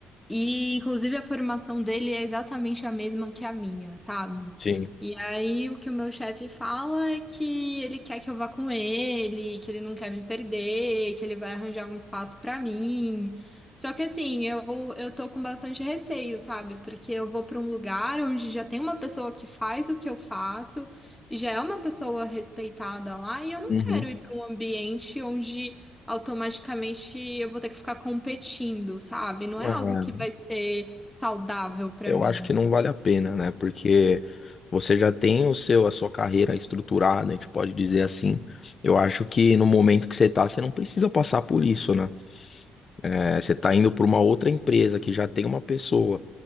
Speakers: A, in the centre; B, on the left.
A: E, inclusive, a formação dele é exatamente a mesma que a minha, sabe?
B: sim.
A: E aí, o que o meu chefe fala é que ele quer que eu vá com ele, que ele não quer me perder, que ele vai arranjar um espaço pra mim. Só que, assim, eu, eu tô com bastante receio, sabe? Porque eu vou pra um lugar onde já tem uma pessoa que faz o que eu faço, e já é uma pessoa respeitada lá, e eu não
B: Uhum.
A: quero ir pra um ambiente onde automaticamente eu vou ter que ficar competindo, sabe? Não
B: Não,
A: é algo
B: é.
A: que vai ser saudável pra
B: Eu
A: mim.
B: acho que não vale a pena, né? Porque você já tem o seu, a sua carreira estruturada, a gente pode dizer assim. Eu acho que no momento que você tá, você não precisa passar por isso, né? É, você está indo para uma outra empresa que já tem uma pessoa